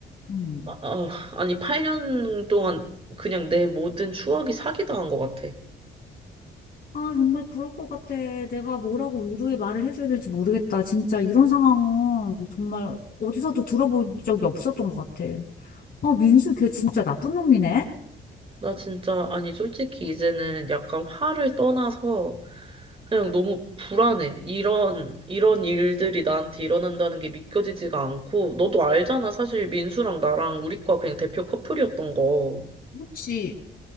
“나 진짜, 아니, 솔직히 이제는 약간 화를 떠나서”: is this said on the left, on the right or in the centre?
Right